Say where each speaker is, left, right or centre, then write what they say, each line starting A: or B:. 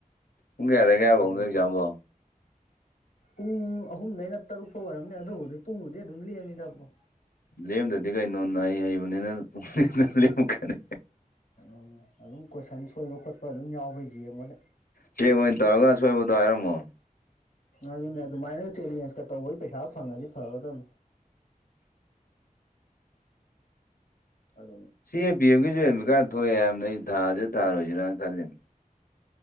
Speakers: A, on the left; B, on the left.
A: ꯄꯨꯡ ꯀꯌꯥꯗꯒꯤ
B: ꯃꯥ ꯑꯦꯀꯥꯗꯃꯤꯗ
A: ꯀꯌꯥꯐꯧꯅꯣ ꯑꯦꯛꯖꯥꯝꯕꯣ
B: ꯄꯨꯡ ꯑꯍꯨꯝꯗꯩꯅ ꯇꯔꯨꯛ ꯐꯥꯎ ꯑꯣꯏꯔꯝꯅꯦ ꯑꯗꯨꯕꯨꯗꯤ ꯄꯨꯡꯕꯨꯗꯤ ꯑꯗꯨꯝ ꯂꯦꯝꯃꯤꯗꯕꯣ
A: ꯂꯦꯝꯗꯗꯤ ꯀꯩꯅꯣ ꯅꯍꯩ ꯍꯩꯕꯅꯤꯅ ꯄꯨꯡ ꯂꯦꯝꯃꯛꯀꯅꯤ
B: ꯎꯝ ꯑꯗꯨꯝ ꯀꯣꯏꯁꯟ ꯁꯣꯏꯕ ꯈꯣꯠꯄ ꯑꯗꯨꯝ ꯌꯥꯎꯕ꯭ꯔ ꯌꯦꯡꯉꯣꯟꯅ
A: ꯆꯦꯛ ꯑꯣꯏꯅ ꯇꯧꯔꯒ ꯑꯁꯣꯏꯕꯗꯣ ꯍꯥꯏꯔꯝꯃꯣ
B: ꯑꯗꯨꯅꯦ ꯑꯗꯨꯃꯥꯏꯅꯒ ꯆꯦꯂꯦꯟꯖꯀ ꯇꯧꯕꯒꯤ ꯄꯩꯁꯥꯒ ꯐꯪꯉꯗꯤ ꯐꯒꯗꯝꯕꯅꯤ ꯑꯗꯨꯝ
A: ꯁꯤ ꯑꯦ ꯄꯤ ꯑꯦꯝꯒꯤꯖꯨ ꯑꯦꯠꯃꯤꯀꯥꯠ ꯊꯣꯛꯑꯦ ꯍꯥꯏꯝꯅꯦ ꯑꯩ ꯊꯥꯖꯤꯔ ꯊꯥꯔꯣꯏꯖꯤꯔꯥꯅ ꯈꯜꯂꯤꯅꯦ